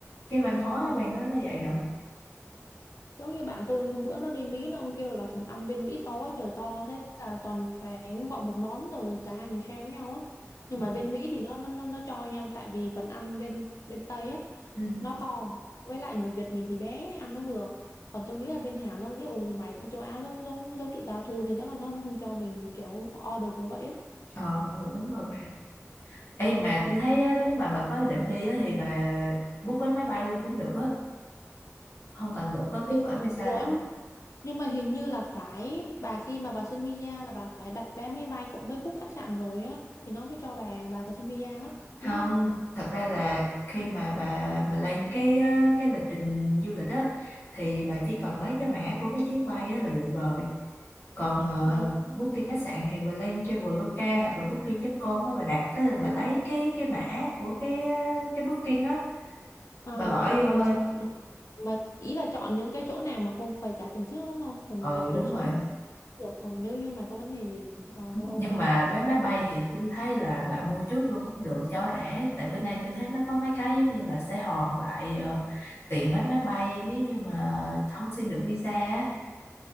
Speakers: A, on the left; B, on the left.
A: cái văn hóa
B: Ờ.
A: bạn đó nó vậy rồi
B: giống như bạn tôi hôm bữa nó đi Mỹ nó ông kêu là phần ăn bên Mỹ to quá trời to thế là toàn phải gọi một món rồi cả hai người share với nhau á nhưng
A: ừ.
B: mà bên Mỹ thì nó nó nó, nó cho nha tại vì phần ăn bên bên Tây á
A: Ừ.
B: nó to với lại người Việt mình thì bé ăn nó vừa còn tôi nghĩ là bên Hàn nó nghĩ ôi rồi mày cũng châu Á giống giống giống tụi tao thôi nên chắc là nó nó không cho mình kiểu order kiểu vậy á
A: ờ ừ đúng rồi bà Ê mà tôi thấy á, nếu mà bà có ý định đi á, thì bà book vé máy bay luôn cũng được á không cần đợi có kết
B: Ừ,
A: quả visa
B: Ủa,
A: đâu
B: nhưng mà hình như là phải bà khi mà bà xin visa là bà phải đặt vé máy bay cũng với book khách sạn rồi á thì nó mới cho bà bà bà xin visa á đúng
A: không
B: không?
A: thật ra là khi mà bà bà lên cái á, cái lịch trình du lịch á thì bà chỉ cần lấy cái mã của cái chuyến bay á, là được rồi còn uh,
B: Ờ,
A: booking khách sạn thì bà lên Traveloka hoặc là booking.com á bà đặt cái bà lấy cái cái mã của cái ờ, cái booking á
B: ờ,
A: bà bỏ vô
B: mà
A: thôi
B: không mà ý là chọn những cái chỗ nào mà không phải trả tiền trước đúng không? Rồi mình
A: ừ
B: đặt
A: đúng
B: rồi sau
A: rồi
B: đó mình được ừ, nếu như mà có vấn đề gì ờ,
A: nhưng
B: rồi ok.
A: mà vé máy bay thì tôi thấy là bà mua trước luôn cũng được cho rẻ tại bữa nay tôi thấy nó có mấy cái giống như là sẽ hoàn lại ờ, tiền vé máy bay nếu như mà không xin được visa á.